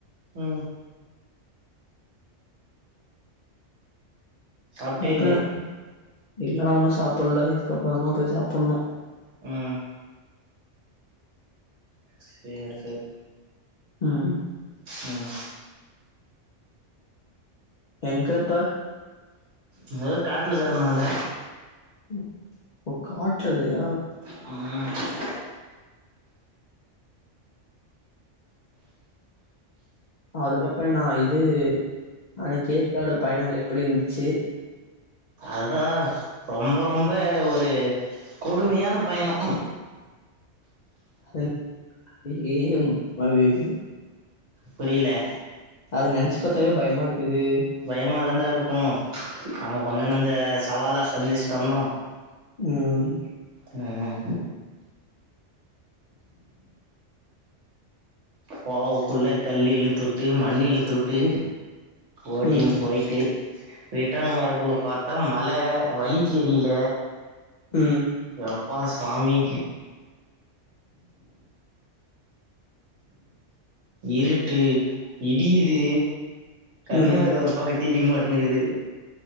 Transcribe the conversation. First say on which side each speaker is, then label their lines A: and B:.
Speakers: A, on the right; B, on the left.
A: ம் சாப்ட்டியா
B: அப்பன்னா
A: இல்லையா
B: ம் இல்லடா ஒண்ணு சாப்புல்ல இதுக்கப்புறோ தா போய் சாப்புன்ணு
A: ம் சேரி சேர்
B: ம்
A: ம்
B: எங்கப்பா
A: அதா காட்லருக்கறனல
B: ம் ஓ காட்ல இருக்குறியா
A: ம்
B: அதுக்கப்புறோ நா இது அன்னைக்கி ஏற்காடு பயணங்கள் எப்பிடி இருந்துச்சு
A: அதா ரொம்ப ரொம்ப ஒரு கொடுமையான பயணோ
B: <inaudible>
A: புரில
B: அது நெனச்சி பாத்தாவே பயமா இருக்குது
A: பயமா தான்டா இருக்கு நம்ம கொஞ்ச நெஞ்ச சவாலா சந்திச்சுட்டு வந்தோ
B: ம்
A: அ போவுக்குள்ள கல்லு இழுத்துவுட்டு மண்ணு இழுத்துவுட்டு ஓட்டின்னு
B: ம்
A: போய்ட்டு ரிட்டன் வரக்குள்ள பாத்தா மழ வழி தெரில
B: ம்
A: யப்பா சாமி இருட்டு இடியிது கண்ணு
B: ம்
A: வேற ஒரு பக்கோ தெரியமாட்னுக்குது